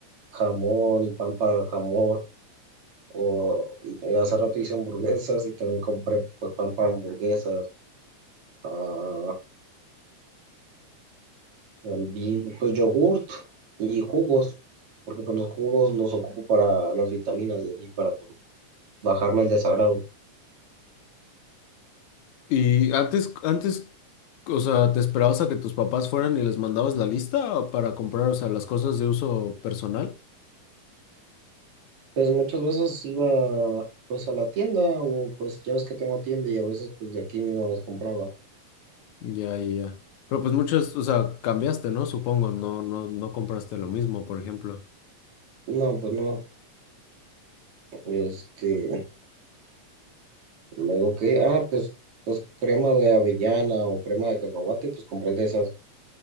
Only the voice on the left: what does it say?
Y antes, antes, o sea, ¿te esperabas a que tus papás fueran y les mandabas la lista para comprar, o sea, las cosas de uso personal?
Ya, ya. ya. Pero pues muchos, o sea, cambiaste, ¿no? Supongo, no, no, no compraste lo mismo, por ejemplo.